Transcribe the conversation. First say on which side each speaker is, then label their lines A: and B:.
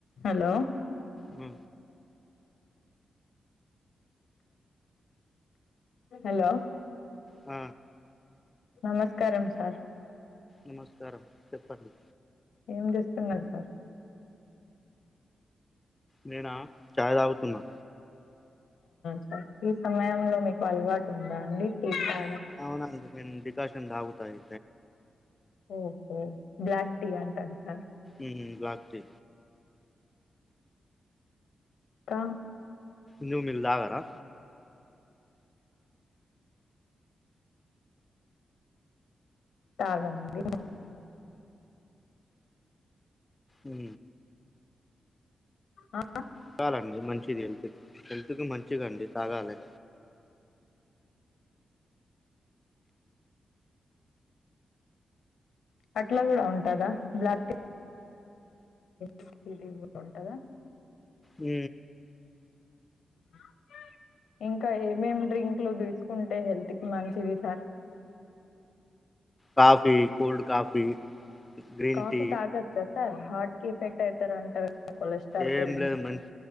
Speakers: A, on the left; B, on the left.
A: హలో
B: ఊ
A: హలో
B: ఆ
A: నమస్కారం సార్
B: నమస్కారం చెప్పండి
A: ఏం చేస్తున్నారు సార్
B: నేనా చాయ్ తాగుతున్నా
A: సర్ ఈ సమయంలో మీకు అలవాటు ఉందా అండి టీ తా
B: అవునండి నేను డికాషన్ దాగుతా ఎ
A: ఓహో బ్లాక్ టీ అంటారు సార్
B: ఉ లాక్తి
A: కా
B: నువ్ మిల్ తాగారా
A: తాగమండి
B: ఉ
A: ఆ
B: తగాలండి మంచిది హెల్త్ హెల్త్ కి మంచిది అండి తాగాలి
A: అట్లా కూడా ఉంటదా బ్లాక్ టీ <inaudible> టీడి ఉంటందా
B: ఉ
A: <inaudible> ఇంకా ఏమేమీ డ్రింక్లు తీసుకుంటే హెల్త్ కి మంచిది sir
B: coffee, cold coffee green
A: coffee
B: tea
A: తాగచ్చా సార్ హార్ట్ కి ఎఫెక్ట్ అయితారు అంటారు కొలెస్ట్రాల్
B: ఏం
A: పెరిగి
B: లేదు మ